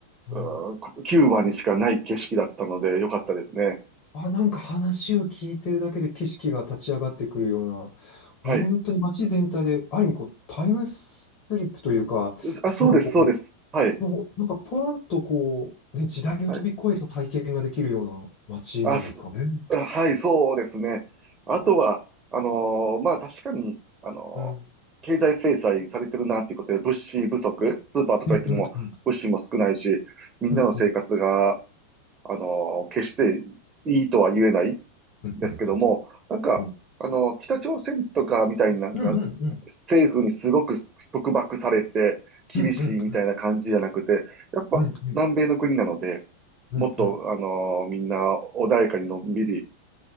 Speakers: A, on the left; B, on the right.
A: うん。
B: うんキューバにしかない景色だったので、良かったですね。
A: あ、なんか話を聞いてるだけで景色が立ち上がってくるような、
B: はい。
A: 本当に街全体で、ある意味こう、タイムスリップというか、
B: あ、そうです、
A: なんかこ
B: そうです。はい。
A: う、もう、なんかポンとこう、ね、時代を飛び越えた体験ができるような街なんですかね。
B: はいあ、す、はい、そうですね。あとは、
A: あ
B: あのーまあ確かに、あのー経済制裁されてるなということで、
A: うん。
B: 物資不足、スーパーとか行っても物資も少ないし、
A: うんうんうん。
B: みんなの生活が、
A: うんうんうん。
B: あのー決していいとは言えない
A: うんうん
B: ですけども、なんか、
A: うん
B: あのー北朝鮮とかみたいになんか、
A: うんうん
B: 政府にすごく束縛されて厳しいみたいな感じじゃなくて、
A: うんうん
B: やっぱ南米の国なので、
A: うんうんうんうん
B: もっと、あのーみんな穏やかにのんびり、